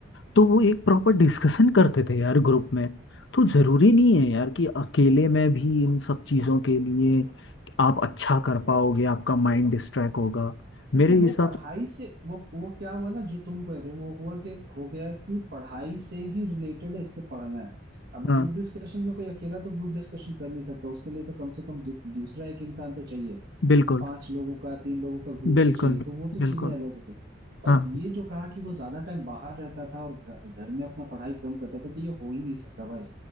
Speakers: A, on the left; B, on the right.
A: तो वो एक प्रॉपर डिस्कशन करते थे यार ग्रुप में तो जरूरी नहीं है यार कि अकेले में भी इन सब चीजों के लिए आप अच्छा कर पाओगे आपका माइंड डिस्ट्रैक्ट होगा
B: देखो
A: मेरे
B: वो
A: हिसाब
B: पढ़ाई से वो वो क्या हुआ ना जो तुम कह रहे हो वो हुआ क्या हो गया कि पढ़ाई से ही रिलेटेड है इससे पढ़ना है अब
A: हाँ
B: ग्रुप डिस्कशन में कोई अकेला तो ग्रुप डिस्कशन कर नहीं सकता उसके लिए तो कम से कम दू, दूसरा एक इंसान तो चाहिए
A: बिल्कुल
B: पांच लोगों का तीन लोगों का ग्रुप
A: बिल्कुल
B: तो चाहिए तो वो तो
A: बिल्कुल
B: चीजें अलग हो गई पर
A: हाँ
B: ये जो कहा कि वो ज्यादा टाइम बाहर रहता था और घ- घर में अपना पढ़ाई कम करता था तो ये हो ही नहीं सकता भाई